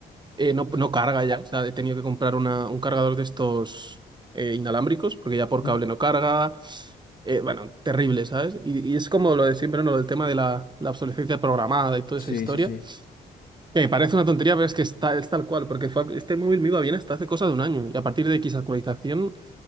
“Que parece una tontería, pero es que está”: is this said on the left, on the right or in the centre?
Right